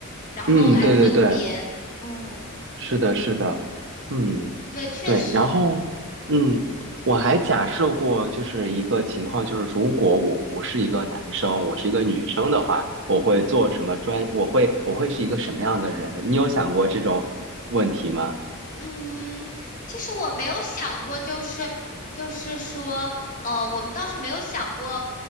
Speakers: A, on the left; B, on the right.
A: 然后来分别。
B: 嗯，对对对。
A: 嗯，
B: 是的，是的，嗯，
A: 对，确实，
B: 对，然后，嗯，我还假设过，就是一个情况，就是如果我不是一个男生，我是一个女生的话，我会做什么专，我会我会是一个什么样的人？你有想过这种问题吗？
A: 嗯，其实我没有想过，就是就是说，呃，我倒是没有想过，